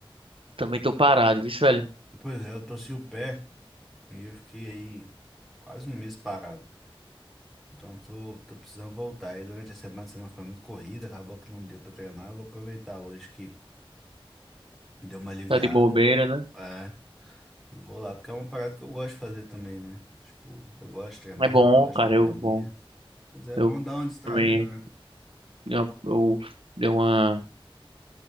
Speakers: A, on the right; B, in the centre.
A: também tô parado, viu, velho?
B: Pois é, eu torci o pé e eu fiquei aí quase um mês parado. Então tô, tô precisando voltar. E durante a semana, a semana foi muito corrida, acabou que não deu pra treinar. Eu vou aproveitar hoje que deu uma aliviada.
A: Tá de bobeira, né?
B: É, e vou lá, porque é uma parada que eu gosto de fazer também, né? Tipo, eu gosto de treinar,
A: É bom,
B: gosto
A: cara,
B: de ir na academia.
A: eu bom.
B: Pois é, é
A: Eu
B: bom dar uma distraída,
A: também
B: né?
A: eu, eu dei uma